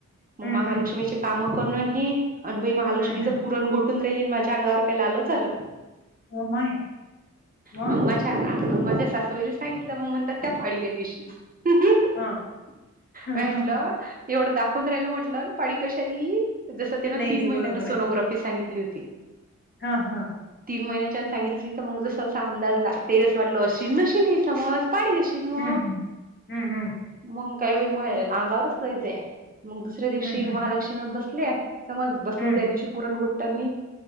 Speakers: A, on the right; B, on the left.
A: मग
B: हम्म
A: महालक्ष्मीचे
B: हम्म
A: काम करण हे अनुभय महालक्ष्मीच
B: हम्म हम्म
A: पुरण गोट. चंद्रेलीन माझ्या अंगावर काय लालच आल चल.
B: हो माय म.
A: मग माझ्या माझ्या सासवाईला सांगितलं मग म्हणतात त्या पाळीयालीशी. <unintelligible>
B: हां, हां,
A: माटलं
B: हां, हां.
A: एवढं दा. पंधराला म्हटलं पाडी कशाली जसं त्यान
B: नाही,
A: तीन
B: नाही
A: महिन्यांना
B: बरोबर
A: सोनोग्राफी सांगितली होती.
B: हा हा.
A: तीन महिन्याच्यान सांगितली तर मग जस असा अंदाज ला ते जसं वाटलं अशी नशी नाही समज पाडी जशी. म
B: हं, हं. हं, हं.
A: मग काही मग अंगावरच जायच मग दुसऱ्या दिवशी
B: हं, हं.
A: महालक्ष्मी बसल्या समज बसले
B: हं,
A: त्या दिवशी पुरण गोट्टांनी